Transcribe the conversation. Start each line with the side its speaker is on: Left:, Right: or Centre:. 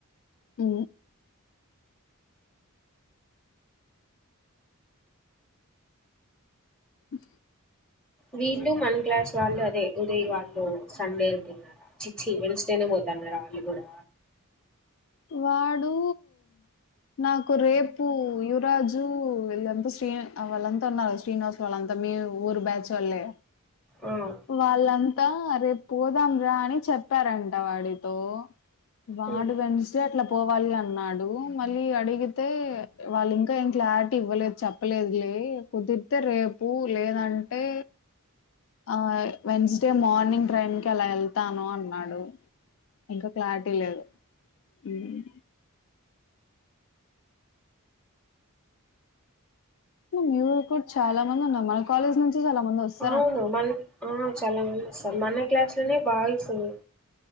Left: అ ఓక
Centre: వీళ్లు మన క్లాస్ వాళ్ళు అ దే ఉదయ వాళ్ళు సండే అంటున్నారా చిచ్చి వెన్స్డేనే పోతున్నారా వాళ్ళు కూడా
Left: వాడు నాకు రేపు యువరాజు వీళ్ళంతా శ్రీని వాళ్ళంతా ఉన్నారు శ్రీనివాస్ వాళ్ళంతా మీ ఊరు బ్యాచ్ వాళ్లు
Centre: ఆ హ్మ్.
Left: వాళ్ళంత అంత రేపు పోదాంరా అని చెప్పారంట వాడితో వాడువెన్స్
Centre: హ్మ్.
Left: ఇట్లా పోవాలి అన్నాడు మళ్ళీ అడిగి తే వాళ్ళు ఇంకా ఎం క్లారిటీ ఇవ్వలేదు చెప్పలేదు లే కుదిరితే రేపు లేదంటే ఆ వెన్స్డే మార్ని నింగ్ ట్రైమ్ కి అలా వెళ్తాను అన్నాడు ఇంకా క్లారిటీ లేదు ఉమ్ న్యూక్ కూడా చాలా మంది ఉన్నారు మన కాలేజ్ నుంచి చాలా మంది వస్తా
Centre: అవును మన ఆ చాలా మంది వస్తారు మన క్లాస్లోనే బాయిస్ ఉంది